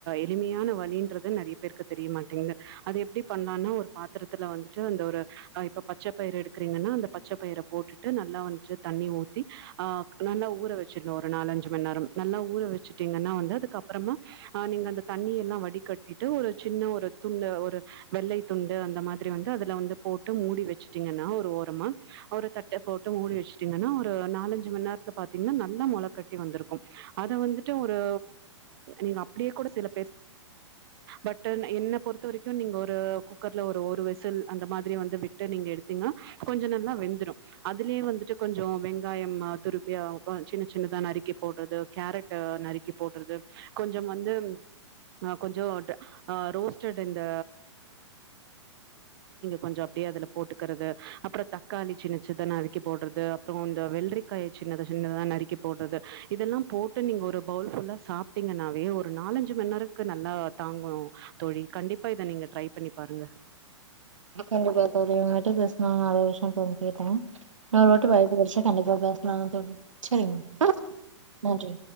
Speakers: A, on the right; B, on the right.
A: எளிமையான வழின்றது நெறைய பேருக்கு தெரியமாட்டேங்குது அது எப்படி பண்ணலாம்ணு ஒரு பாத்திரத்துல வந்துட்டு அந்த ஒரு இப்ப பச்சை பயிர எடுக்குறீங்கனா அந்த ப பச்சப்பயிரை போட்டுட்டு நல்லா வந்துட்டு தண்ணி ஊத்தி ஆ நல்லா ஊற வச்சிடனும் ஒரு நாலஞ்சு மணி நேரம் நல்லா ஊற வச்சுட்டிங்கன்னா வந்து அதுக்க அப்பறமா அஹன் நீங்க அந்த தண்ணி எல்லாம் வடிகட்டிட்டு ஒரு சின்ன ஒரு துண்டு ஒரு வெள்ளை துண்டு அந்த மாதிரி வந்து அதுல வந்து போட்டு மூடி வச்சுட்டீங்கன்னா ஒரு ஓரமா அவரை தட்டை போட்டு மூடி வச்சுட்டீங்கன்னா ஒரு நாலஞ்சு மணி நேரத்துல பா்த்தீங்கன்னா நல்லா முளை கட்டி வந்திருக்கும் அத வந்துட்டு ஒரு நீங்க அப்படியே கூட சில பட்டு் என்ன பொறுத்த வரைக்கும் நீங்க ஒரு குக்கர்ல ஒரு ஒரு வெசில் அந்த மாதிரி வந்து விட்டு நீங்க எடுத்தீங்கா கொஞ்சம் நல்லா வெந்துரும் அதுலயே வந்துட்டு கொஞ்சம் வெங்காயம் துருவி சின்ன சின்னதா நறுக்கி போடுறது கேரட் நறுக்கி போடுறது கொஞ்சம் வந்து ஆ கொஞ்சோ ஆ ரோஸ்டட் இந்த கொஞ்சம் அப்படியே அதுல போட்டுக்கிறது அப்புறம் தக்காளி சின்னச்சதான் நறுக்கி போடுறது அப்புறம் இந்த வெள்ளரிக்காய் சின்னத சின்னதா நறுக்கி போடுறது இதெல்லாம் போட்டு நீங்க ஒரு பவுல் ஃபுல்லா சாப்பிட்டீங்கன்னாவே ஒரு நாலஞ்சு ன்நேரத்துக்கு நல்லா தாங்கும் தோழி கண்டிப்பா இத நீங்க ட்ரை பண்ணி பாருங்க
B: ஓகே ங்க தோழி இன்னொரு முறை கண்டிப்பா பேசலாம் டேன் நான் இன்னொரு வாட்டி வாய்ப்பு கெடச்சா கண்டிப்பா பேசலாம் சொ செரிங்க ஓகே நன்றி